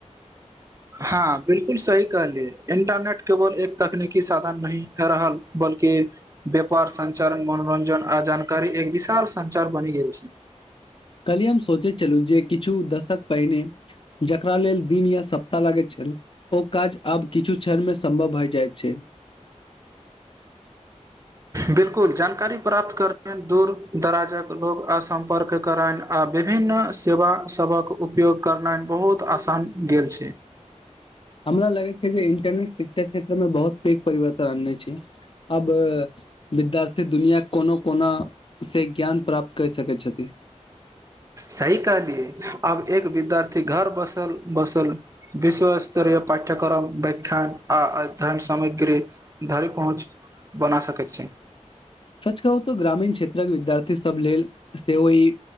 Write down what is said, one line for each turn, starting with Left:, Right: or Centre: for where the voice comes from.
Right: हाँ बिलकुल सही कहलिये इंटरनेट केवल एक तकनीकी साधन नहि रहल बल्कि व्यापार संचारण मनोरंजन आ जानकारी एक विशाल संचार बनि गेल छै।
Left: कली हम सोचैत छलु जे कि छु दशक पहिने जकरा लेल दिन या सप्ताह लागैत ओ काज आब किछु क्षण मे सम्भव भए जाइत छै।
Right: बिल्कुल जानकारी प्राप्त कर <unintelligible> दूर-दराजक लोग आसम्पर्क करैन आ विभिन्न सेवा सबक उपयोग करनाएन बहुत आसान गेल छै।
Left: हमरा लगैत छै जे इंटरनेट शिक्षा क्षेत्रमे बहुत पैघ परिवर्तन आननै छै। अब विद्या ते दुनिया कोनो कोना से ज्ञान प्राप्त कै सकै छथि।
Right: सही कहलियै आब एक विद्यार्थी घर बसल-बसल विश्व स्तरीय पाठ्यक्रम बैख्यान आ अध्ययन सामग्री धरि पहुँच बना सकैत छै।
Left: सच कहु तो ग्रामीण क्षे त्र विद्यार्थी सब लेल सेहो इ